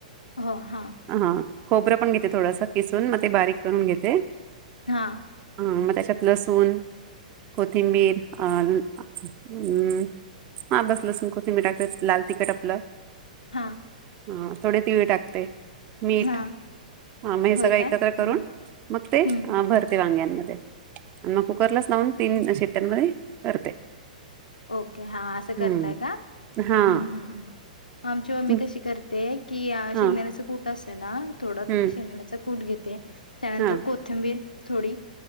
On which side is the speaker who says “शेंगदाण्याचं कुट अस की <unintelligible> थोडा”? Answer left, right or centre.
Left